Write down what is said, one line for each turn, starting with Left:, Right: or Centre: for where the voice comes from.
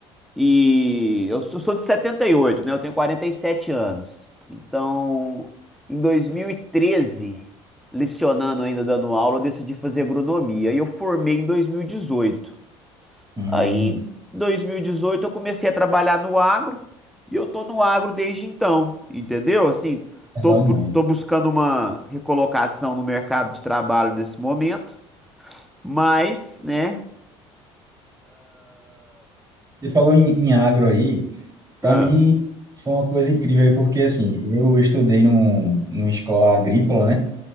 Centre: E eu sou sou de setenta e oito né? Eu tenho 47 anos. Então, em dois mil e treze lecionando ainda, dando aula, eu decidi fazer agronomia. E eu formei em dois mil e dezoito
Right: Hum,
Centre: Aí, em 2018 eu comecei a trabalhar no agro. E eu tô no agro desde então, entendeu? Assim,
Right: legal
Centre: tô,
Right: demais.
Centre: tô buscando uma recolocação no mercado de trabalho nesse momento. Mas, né?
Right: Você falou em, em agro aí. Para
Centre: ah,
Right: mim, foi uma coisa incrível aí, porque assim, eu estudei num, numa escola agrícola, né?